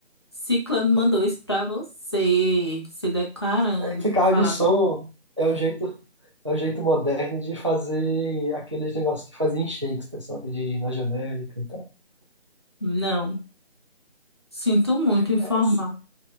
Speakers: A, on the left (about 25°); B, on the right (about 30°).
A: Ciclano mandou isso pra você, se declarando
B: é que
A: pra
B: carro
A: falar.
B: de som é o jeito, é o jeito moderno de fazer aqueles negócios que fazia em Shakespeare, sabe? De ir na janela e cantar.
A: Não, sinto muito informar.
B: É,